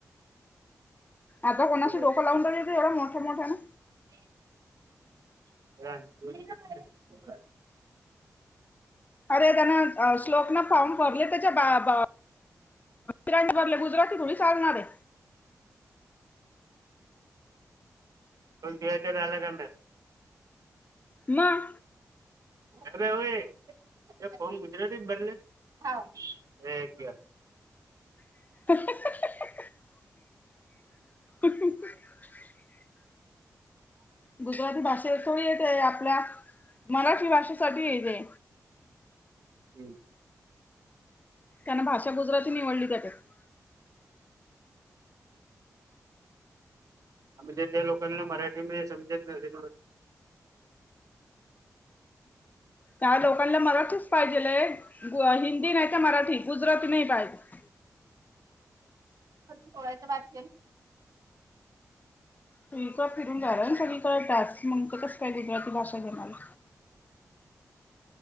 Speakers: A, on the left (about 30°); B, on the right (about 70°).
A: आता कोणाशी
B: बोला
A: डोकं लावून <inaudible> ये एवढं मोठ्या मोठ्यानं
B: <unintelligible>
A: अरे त्यांन श्लोकन फॉर्म भरले त्यांच्या बा <inaudible> गुजराती थोडी चालणार आहे.
B: <inaudible> झाला काय
A: मग
B: अरे व्हय फार्म गुजरती भरले हा ऐ <inaudible>
A: <unintelligible> गुजराती भाषे तो येते, आपल्या मराठी भाषेसाठी येते
B: हम्म
A: त्यांन भाषा गुजराती निवडली त्यांच्यात
B: म्हणजे त्या लोकांना मराठी म समजेत नाही,
A: काही लोकांना मराठीच पाहिजे, गु हिंदी नाही तर मराठी गुजराती नाही पाहिजे.
B: सोळाचे <inaudible>
A: तुमचं फिरून झालं सगळीकडे टास्क मग कसं काय गुजराती भाषा घेणारला